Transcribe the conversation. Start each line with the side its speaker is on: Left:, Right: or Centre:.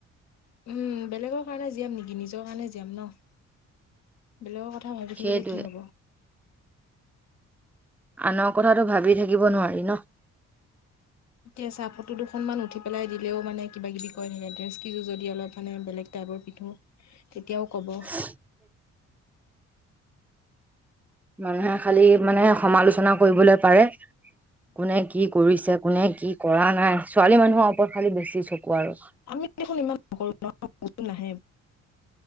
Left: উম বেলেগৰ কাৰণে জীয়াম নেকি নিজৰ কাৰণে জীয়াম ন। বেলেগৰ কথা ভাবি
Centre: সেইটোৱে
Left: থাকিলে কি হব।
Centre: আনৰ কথাতটো ভাবি থাকিব নোৱাৰি ন।
Left: এতিয়া চাহ ফটো দুখনমান উঠি পেলাই দিলেও মানে কিবা কিবি ক থাকে ড্ৰেছ কেইযোৰ যদি অলপ মানে বেলেগ টাইপৰ পিন্ধোঁ তেতিয়াও ক'ব।
Centre: স <inaudible> মানুহে খালি মানে সমালোচনা কৰিবলৈ পাৰে, কোনে কি। কৰিছে কোনে কি কৰা নাই ছোৱালী মানুহৰ ওপৰত খালি বেছি চকু আৰু।
Left: আমি দেখোন ইমান নকৰো ন। অচোন আহে।